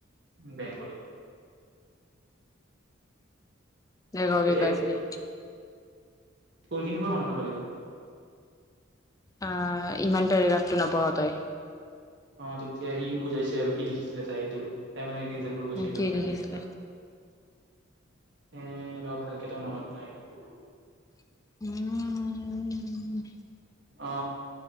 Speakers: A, on the right; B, on the left.
A: বেং বুলি
B: নে কাটিছিলি
A: তেতিয়া কোনখিনিৰ পৰা শুনি নাপালি বা
B: আহ ইমানট ৰে এৰাটো নপঢ়ও তই
A: অ তেতিয়া সি বুজাইছে আৰু কি লখিছিলে তাই সেইটো তাই মানে বোৰ কৈছে
B: উ
A: কিয়
B: কি
A: নাথাকে
B: দেখিছিল
A: এনেকা এ ৰ ভালকে এতিয়া মনত নাই
B: উম
A: অ